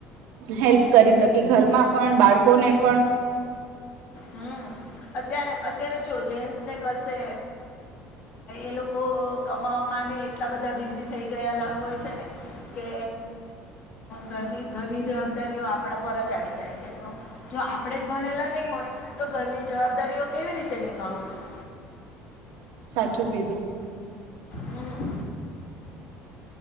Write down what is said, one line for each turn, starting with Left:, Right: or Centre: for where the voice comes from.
Right: હેલ્પ કરી શકી ઘરમાં પણ બાળકોને પણ
Left: હમ અત્યારે અત્યારે ચો જેન્ટ્સને કશે એ લોકો કમાવામાં એટલા બધા બિઝી થઈ ગયલા હોય છે ને કે ઘરની ઘરની જવાબદારીઓ આપણા પર જ આવી જાય છે તો જો આપણે જ ભણેલા નહીં હોય તો ઘરની જવાબદારીઓ કેવી રીતે નિભાવશું
Right: સાચું કીધું
Left: હમ